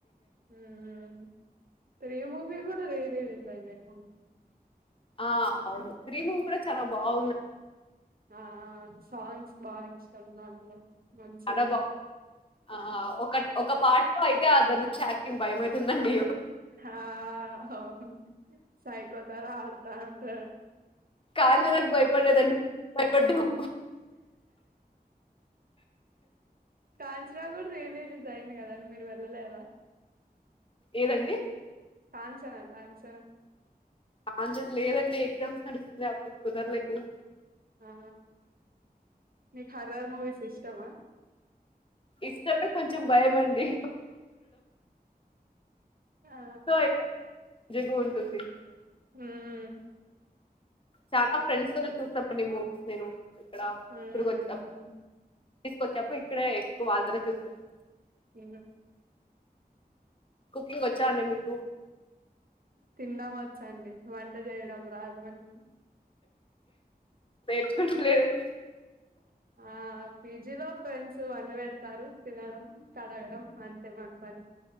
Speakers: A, on the right (about 65°); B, on the left (about 35°).
A: ఉమ్ త్రీ మూవీ కూడా ఈరోజు లేై లే అ <unintelligible>
B: ఆ అవును త్రీ మూవీ కూడా చాలా బాగుంద
A: ఆ సాంగ్స్ బాగా ఇష్టం దాంట్లో మంచిగుంటాయి
B: చాలా బాగు ఆ ఒక ఒక పాట అయితే అ <inaudible> నుంచి భయమైతుందండి
A: ఆ అవును సైకోతార ఆడతా అంటాడు
B: కానీ నాకు భయపడలేదండి భయపడ్డాము
A: కాంచరాడ ఏద రిలీస్ అయింది కదండి మీరు వెళ్ళలేదా
B: ఏదండి
A: కాంచనా కాన్ంచనా
B: ఆంజ లేదండి ఎగ్జామ్స్ నడుస్తుంది అప్పుడు కుదరలేదు
A: ఆ మీకు హరార్ మూవీస్ ఇష్టమా
B: ఇష్టమే కొంచెం భయ మందింది
A: ఆ
B: సో అయితే మంచిగా ఉంటుంది
A: హ్మ్
B: చాలా ఫ్రెండ్స్ తోనే చూస్తామండి మూవీస్ నేను ఇక్కడ
A: హ్మ్
B: ఇప్పుడుకి వచ్చ తీసుకొచ్చప్పు ఇక్కడే ఎక్కువ వాదర చూస్తున్నా
A: ఉ
B: కుకింగ్ వచ్చా అండి మీకు
A: తిన్నా వచ్చ అండి వంట చేయడం రాదు మన
B: నేర్చుకుంటలేదండి
A: ఆ పేజీ జిలో ఫ్రెండ్స్ అన్ని పెడతారు తినడం కడగడం అంతే మన పని